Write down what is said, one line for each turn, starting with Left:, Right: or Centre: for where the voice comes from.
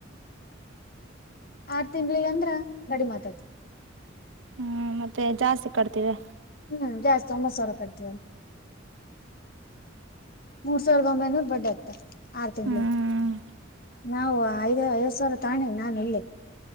Left: ಆರ್ ತಿಂಗ್ಳಿಗೆ ಅಂದ್ರ ಗಡಿ ಮಾತತ್
Right: ಹ್ಞೂ ಮತ್ತೆ ಜಾಸ್ತಿ ಕಡ್ತೀವಿ
Left: ಹ್ಮ್ ಜಾಸ್ ಸಮಮ್ಮ ಸರಕವ ಮೂರ್ ಸಾವಿರ್ದ ಒಂಬೈನೂರ್ ಬಡ್ ಆತ ಆರ್ ತಿಂಗಳಿಗೆ
Right: ಹ್ಮ್
Left: ನಾವು ಐದ ಐದ್ ಸಾವಿರ ತಾಣಿ ನಾನು ಇಲ್ಲಿ